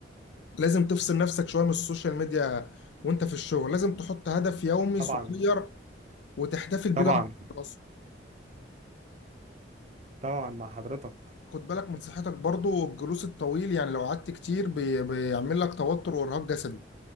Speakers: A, on the left; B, on the right.
A: لازم تفصل نفسك شوية من السوشيال ميديا وانت في الشغل لازم تحط هدف يومي
B: طبعا
A: صغير وتحتفل بيه
B: طبعا
A: لما تخلصه
B: طبعا مع حضرتك
A: خد بالك من صحتك برضو الجلوس الطويل يعني لو قعدت كتير بي- بيعمل لك توتر وارهاق جسدي